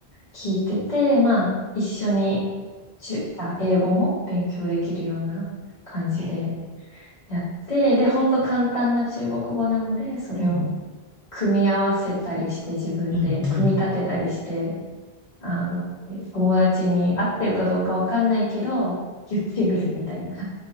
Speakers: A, on the left; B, on the right.
A: 聞いてて、まあ、一緒に中、あ、英語も勉強できるような感じで
B: へえ
A: やって、で、ほんと簡単な中国語なので、それを
B: うん。
A: 組み合わせたりして自分で組み立てたりして、
B: うん。うん。
A: あの、友達に合ってるかどうかわかんないけど、言ってみるみたいな。